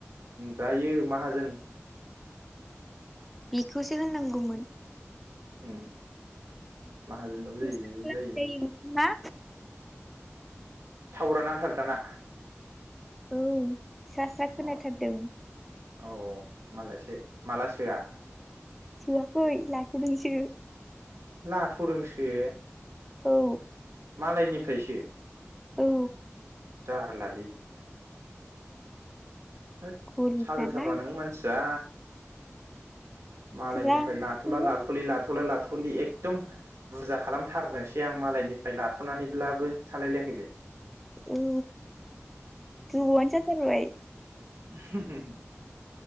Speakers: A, on the right (about 75°); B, in the centre.
A: जायो माहाजोन।
B: बेखौसो होननांगौमोन।
A: उम। माहाजोनबाबो
B: नोंस्रा
A: जायो बेबो
B: खालामजायो
A: जायो।
B: ओंखामा
A: थावारा नांथारो दाना?
B: औ सा सा
A: अ
B: खोनाथारदों
A: औ औ मालायसो माला सोआ
B: सोआखै लाथ'दोंसो
A: लाथ'दोंसो
B: औ
A: मालायनिफ्रायसो
B: औ
A: जारलालि होद
B: गरिब
A: सालोथारबा
B: नालाय
A: नों मानसिया मालायनिफ्राय
B: रांआनो
A: लाथ'ला
B: गैया
A: लाथ'लि लाथ'ला लाथ लि एकदम बुरजा खालामथारनोसै आं मालायनिफ्राय लाथ'नानैब्लाबो सानलायलायाखै बे
B: औ गोबावानो जाथारबाय
A: <unintelligible>